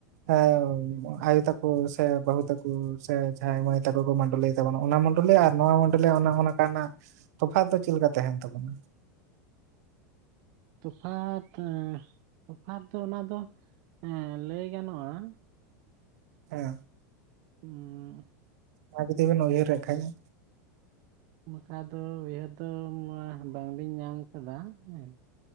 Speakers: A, on the right (about 70°); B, on the right (about 55°).
A: ᱦᱮᱸ ᱟᱭᱩ ᱛᱟᱠᱚ, ᱥᱮ ᱵᱟᱦᱩ ᱛᱟᱠᱚ ᱥᱮ, ᱡᱷᱟᱭ ᱢᱟᱹᱭ ᱛᱠᱚ ᱠᱚ ᱢᱩᱰᱚᱞᱤ ᱛᱟᱰᱚᱱᱟ ᱚᱱᱟ ᱢᱚᱱᱰᱚᱞᱤ, ᱟᱨ ᱱᱚᱣᱟ ᱢᱚᱱᱰᱚᱞᱤᱭᱟ-ᱜ, ᱚᱱᱠᱟᱱᱟᱜ ᱛᱚᱯᱷᱟᱛ ᱫᱚ ᱪᱮᱫ ᱞᱮᱠᱟ ᱛᱟᱦᱮᱱ ᱛᱟᱵᱚᱱᱟ?
B: ᱦᱮᱸ ᱛᱚᱯᱷᱟᱛ ᱫᱚ ᱚᱱᱟ ᱫᱚ, ᱞᱟᱹᱭ ᱜᱟᱱᱚᱜᱼᱟ᱾
A: ᱦᱮᱸ
B: ᱩᱸᱻ
A: ᱟᱨ ᱡᱩᱫᱤ ᱵᱮᱱ ᱩᱭᱦᱟᱹᱨᱮᱫ ᱠᱷᱟᱡ ᱾
B: ᱵᱟᱠᱷᱟ ᱫᱚ ᱩᱭᱦᱟᱹᱨ ᱫᱚ ᱵᱟᱝᱞᱤᱧ ᱧᱟᱢ ᱟᱠᱟᱫᱟ ᱦᱮᱸ ᱾